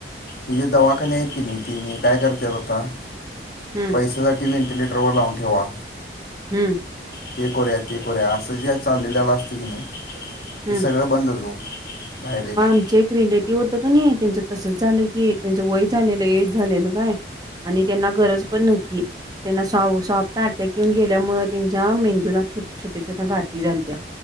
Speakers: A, on the left; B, on the right.
A: हि जे दवाखाने आहेत कनी, तीनी काय करत्यात आता.
B: हं,
A: पैसासाठी व्हेंटिलेटरवर लावून ठेवा.
B: हम्म.
A: हे करूया ते करूया असं, जे चालवलेल असतंय कणी. ते
B: हं.
A: सगळं बंदच ओ डायरेक्ट.
B: तिचेही फ्रेंड आहेत. ते होतं कणी त्यांचं तसंच झालं की, त्यांचं वय झालेलं एज झालेलं काय? आणि त्यांना गरज पण नव्हती. त्यांना सॉफ्ट सॉफ्ट अटॅक येऊन गेल्यामुळ, त्यांच्या मेंदूला छोट्या छोट्या गाठी झालत्या.